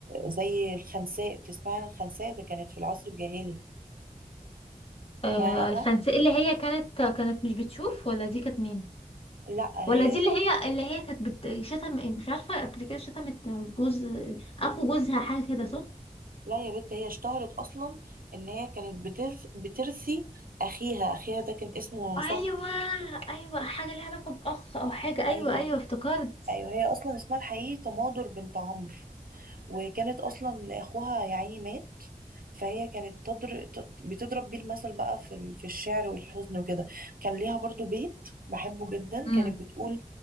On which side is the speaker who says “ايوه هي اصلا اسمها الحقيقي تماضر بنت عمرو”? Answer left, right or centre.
Right